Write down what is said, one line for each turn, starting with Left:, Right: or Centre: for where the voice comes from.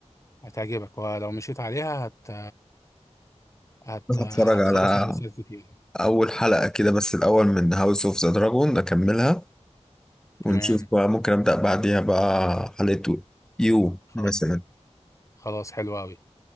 Left: هتعجبك ولو مشيت عليها هت هت...
Centre: بس
Left: هتخلص
Centre: هتفرج على
Left: مسلسلات كتير
Centre: أول حلقة كده بس الأول من هاوس أوف ذا دراجون أكملها
Left: تمام
Centre: ونشوف بقى ممكن أبدأ بعديها بقى حلقة يو
Left: خ-
Centre: مثلا
Left: خلاص حلو أوي